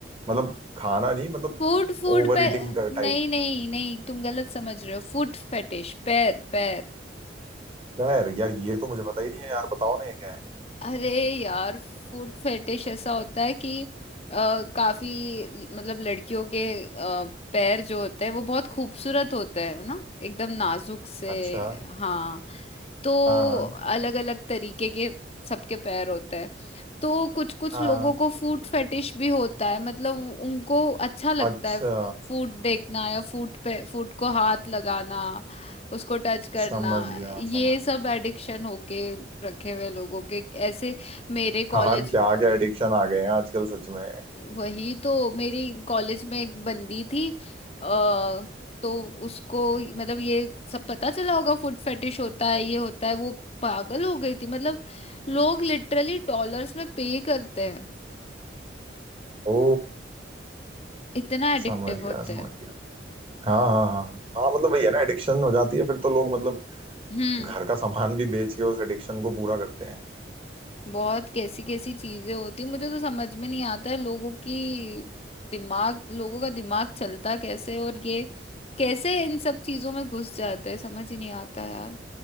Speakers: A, on the right; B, on the left.
A: मतलब खाना नहीं मतलब
B: फूड फूड
A: ओवर
B: पे
A: ईटिंग का टाइप
B: नहीं नहीं नहीं तुम गलत समझ रहे हो फूड फेटिश पैर पैर
A: खैर यार ये तो मुझे पता ही नहीं है यार बताओ ना ये क्या है
B: अरे यार फूड फेटिश ऐसा होता है कि अ, काफी मतलब लड़कियों के अ, पैर जो होते हैं वो बहुत खूबसूरत होते हैं है ना एकदम नाजुक से
A: अच्छा
B: हाँ तो
A: हाँ हाँ
B: अलग अलग तरीके के सबके पैर होते हैं तो कुछ कुछ
A: हाँ
B: लोगों को फूड फेटिश भी होता है मतलब उनको अच्छा लगता
A: अच्छा
B: है फूड देखना या फूड पे फूड को हाथ लगाना उसको टच करना
A: समझ गया
B: ये
A: समझ
B: सब एडिक्शन होके रखे हुए लोगों के ऐसे मेरे कॉलेज
A: गया। यार क्या क्या एडिक्शन आ गए हैं आजकल सच में
B: वही तो मेरी कॉलेज में एक बंदी थी अ तो उसको मतलब ये सब पता चला होगा फुट फेटिश होता है ये होता है वो पागल हो गई थी मतलब लोग लिटरली डॉलर्स में पे करते हैं
A: ओ
B: इतना एडिक्टिव
A: समझ गया
B: होते
A: समझ
B: हैं
A: गया हाँ हाँ हाँ हाँ मतलब वही है ना एडिक्शन हो जाती है फिर तो लोग मतलब
B: हम्म
A: घर का सामान भी बेच के उस एडिक्शन को पूरा करते हैं
B: बहुत कैसी कैसी चीजें होती मुझे तो समझ में नहीं आता है लोगों की दिमाग लोगों का दिमाग चलता कैसे और ये कैसे इन सब चीजों में घुस जाते हैं समझ ही नहीं आता यार